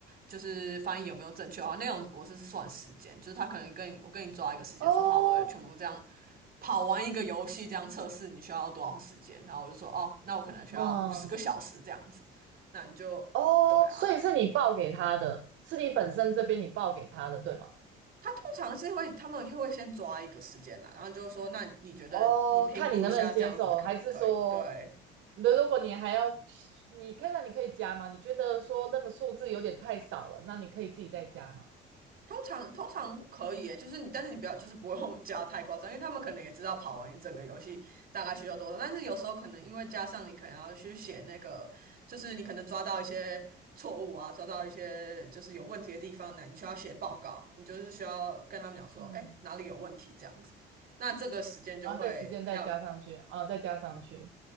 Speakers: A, on the right (about 45°); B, on the right (about 70°).
A: 就是翻译有没有正确的话，那种我是算时间，就是他可能跟你我跟你抓一个时间，
B: 哦
A: 说好，我全部这样跑完一个游戏这样测试，你需要多少时间？然后我就说哦，那我可能需要五十个小时这样子，
B: 嗯
A: 那你就对啊。
B: 哦，所以是你报给他的，是你本身这边你报给他的，对吗？
A: 他通常是会，他们会先抓一个时间啦，然后就说，那你觉得你评估一下这样子可不可以？
B: 哦，看你能不能接受，还是说
A: 对，
B: 那如果你还要，你看到你可以加吗？你觉得说那个数字有点太少了，那你可以自己再加吗？
A: 通常通常可以耶，就是你，但是你不要，就是不用 <laughs> 加太夸张，因为他们可能也知道跑完一整个游戏大概需要多少，但是有时候可能因为加上你可能要去写那个，就是你可能抓到一些错误啊，抓到一些就是有问题的地方呢，你需要写报告，你就是需要跟他们讲说，
B: 嗯，
A: 哎，哪里有问题这样子，那这个时间就会要，
B: 然后再时间再加上去，啊，再加上去。